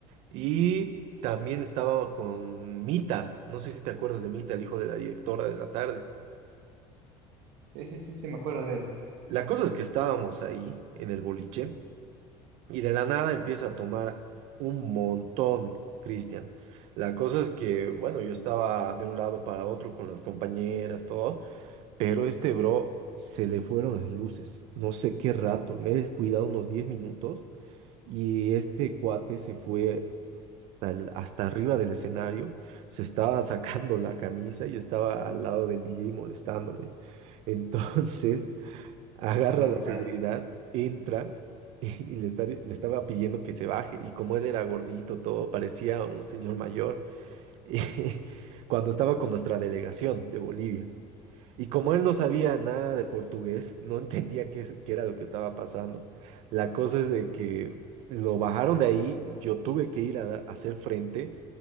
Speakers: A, on the right; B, on the right.
A: Y también estaba con Mita, no sé si te acuerdas de Mita, el hijo de la directora de la tarde.
B: Sí, sí, sí, sí, me acuerdo de él.
A: La cosa es que estábamos ahí en el boliche Y de la nada empieza a tomar un montón, Cristian. La cosa es que, bueno, yo estaba de un lado para otro con las compañeras, todo, pero este bro se le fueron las luces. No sé qué rato, me he descuidado unos 10 minutos y este cuate se fue hasta, el- hasta arriba del escenario, se estaba sacando la camisa y estaba al lado del DJ molestándole. <laughs> Entonces agarra
B: Todo
A: la
B: mal.
A: seguridad, entra <laughs> y, y le, está- le estaba pidiendo que se baje. Y como él era gordito, todo, parecía un señor mayor <laughs> cuando estaba con nuestra delegación de Bolivia. Y como él no sabía nada de portugués, no <laughs> entendía qué, es- qué era lo que estaba pasando. La cosa es de que lo bajaron de ahí, yo tuve que ir a a hacer frente.